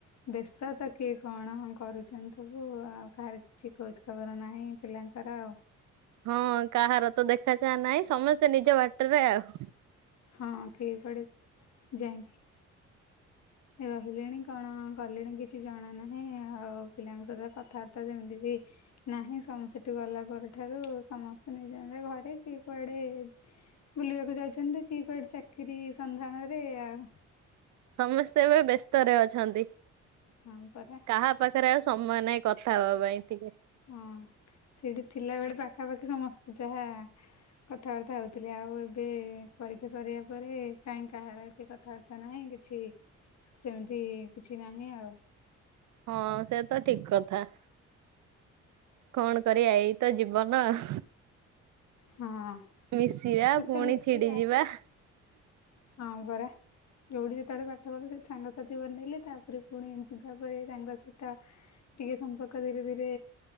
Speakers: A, on the left (about 60°); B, on the right (about 70°).
A: ବ୍ୟସ୍ତ ତ, କିଏ କ'ଣ ହ କରୁ--ନ୍ତି ସବୁ ଆଉ କାହାର କିଛି ବର ନାହିଁ, ପିଲାଙ୍କର ଆଉ।
B: ହଁ, କାହାର ତ ଦେଖା ନାହିଁ, ସମସ୍ତେ ନିଜ ବା---ରେ ଆଉ।
A: <inaudible> ରହିଲେଣି, କ'ଣ କଲେଣି କିଛି ଜଣା ନାହିଁ। ଆଉ ପିଲାଙ୍କ ସହିତ କଥାବାର୍ତ୍ତା ନାହିଁ, ସମ ଗଲା ପରଠାରୁ ସମସ୍ତେ ନିଜ ନିଜ ଘରେ କିଏ କୁଆଡ଼େ ବୁଲିବାକୁ ଯାଉଛନ୍ତି, କି କଆଡ଼େ ଚାକିରି ସନ୍ଧାନରେ ଆଉ।
B: ସମସ୍ତେ ଏବେ ବେସ୍ତରେ ଅଛନ୍ତି।
A: ହଁ, ପରା।
B: କାହା ପାଖରେ ଆଉ ସମୟ ନାହିଁ, କଥା ବା ପାଇଁ ଟିକେ।
A: ହଁ, ସେଇଠି ଥିଲା ବେଳେ ପାଖାପାଖି ସମସ୍ତେ ଯାହା କଥାବାର୍ତ୍ତା ହଉଥିଲି, ଆଉ ଏବେ ପରୀକ୍ଷା ସରିବା ପରେ କା କାହାର ଏତେ କଥାବାର୍ତ୍ତା ନାହିଁ, କିଛି ସେମ୍ତି କିଛି ନାହିଁ ଆଉ।
B: ହଁ, ସେ ତ ଠିକ୍ କଥା। କ'ଣ କରିବା, ଏଇତ ଜୀବନ ଆ
A: ହଁ
B: ମିଶିବା
A: ସୁଖେ
B: ପୁଣି
A: ଦୁଃଖେ
B: ଛିଡ଼ି
A: ଆଉ
B: ଯିବା।
A: <inaudible> ଯଉଠି ଯେତବେଳେ ସାଙ୍ଗସାଥି ବନେଇଲେ, ତା'ପରେ ପୁଣି ଯିବା ପରେ। ତାଙ୍କ ସ ଟିକେ ସମ୍ପର୍କ ଧୀରେ ଧୀରେ